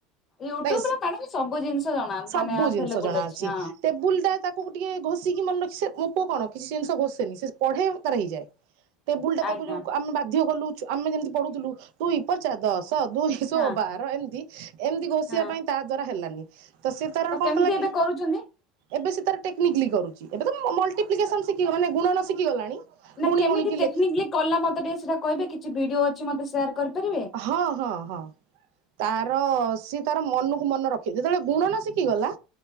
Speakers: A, on the left (about 30°); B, on the right (about 70°).
A: ୟୁଟୁବ
B: ନାଇଁ
A: ମ୍ୟାଡ ସବୁ ଜିନିଷ ଜଣା।
B: ସବୁ
A: ମାନେ ଆଭେଲେବୁଲ
B: ଜିନିଷ ଜଣା ଅଛି
A: ହଁ
B: ଟେବୁଲ ଟା ତାକୁ ଟିକେ ଘଷି ସେ ମୋ ପୁଅ କଣ କିଛି ଜିନିଷ ଘୋଷେନି ସେ ପଢେ ତାରେ ହେଇଯାଏ। ଟେବୁଲୁ ଟା ତାକୁ
A: ଆଜ୍ଞା
B: ଯୋଉଁ ଆମେ ବାଧ୍ୟ କଲୁ। ଆମେ ଯେମିତି ପଢୁଥିଲୁ ଦୁଇପଞ୍ଚା ଦଶ ସ ଦୁଇସହ
A: ହଁ
B: ବାହାର ଏମିତି <inaudible> ଏମିତି ଘଷିବା
A: ହଁ
B: ପାଇଁ ତା ଦ୍ଵାରା ହେଲାନି। <inaudible> ତ ସିଏ ତାର କଣ
A: କେମିତି
B: କଲା
A: ଏବେ
B: କି
A: କରୁଛନ୍ତି?
B: ଏବେ ସେ ତାର ଟେକ୍ନିକଲି କରୁଛି ଏବେ ତ ମଲଟିପ୍ଲିକେସନ୍ ଶିଖି ମାନେ ଗୁଣନ ଶିଖିଗଲାଣି
A: ନା
B: ଗୁଣି
A: କେମିତି
B: ଗୁଣିକି
A: ଟେକ୍ନିକାଲି
B: ଲେଖି
A: କଲା ମୋତେ ଟିକେ ସେଟା କହିବେ କିଛି ଭିଡିଓ ଅଛି ମତେ ସେୟାର କରିପାରିବେ?
B: ହଁ ହଁ ହଁ ତା ସିଏ ତାର ମନକୁ ମନେ ରଖି ଯେତେବେଳେ ଗୁଣନ ଶିଖିଗଲା